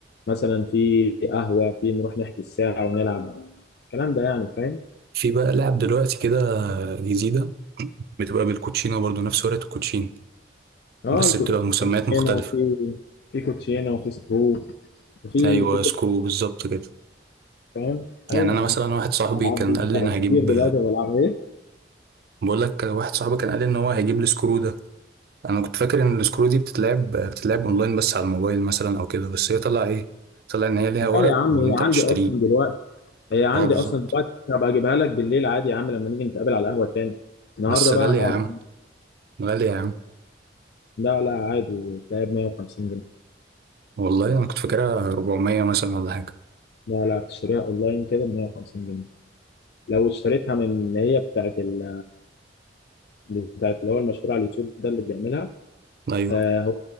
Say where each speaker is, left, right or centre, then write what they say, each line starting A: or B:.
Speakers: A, on the left; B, on the right.
A: مثلا في قهوه في نروح نحكي الساعه ونلعب الكلام ده يعني فاهم
B: في بقى لعب دلوقتي كده جديدة بتبقى بالكوتشينة برضو نفس ورقة الكوتشينة
A: اه
B: بس
A: الكو-
B: بتبقى
A: في
B: مسميات
A: كوتشينه
B: مختلفة
A: وفي في كوتشينه وفي سكرو وفي
B: أيوة
A: في
B: سكرو بالظبط كده
A: فاهم ايوه
B: يعني أنا مثلا
A: يا عم
B: واحد صاحبي
A: الالعاب
B: كان
A: دي
B: قال لي أنا هجيب
A: كتير دلوقتي بلعبها ايه
B: بقول لك واحد صاحبي كان قال لي إن هو هيجيب السكرو ده أنا كنت فاكر إن السكرو دي بتتلعب بتتلعب أونلاين بس على الموبايل مثلا أو كده بس هي طلع إيه طلع إن هي ليها
A: لا
B: ورق
A: يا عم
B: وأنت
A: هي عندي
B: بتشتريه
A: اصلا دلوقتي هي عندي
B: أه بالظبط
A: اصلا دلوقتي هبقى اجيبها لك بالليل عادي يا عم لما نيجي نتقابل على القهوه تاني النهارده
B: بس
A: بقى
B: غالية
A: هنقعد
B: يا عم غالية يا عم
A: لا لا عادي تلاقيها ب 150 جنيه
B: والله أنا كنت فاكرها 400 مثلا ولا حاجة
A: لا لا بتشتريها اونلاين كده ب 150 جنيه لو اشتريتها من اللي هي بتاعت ال... بتاعت اللي هو المشهور على اليوتيوب ده اللي بيعملها
B: أيوة
A: آه هو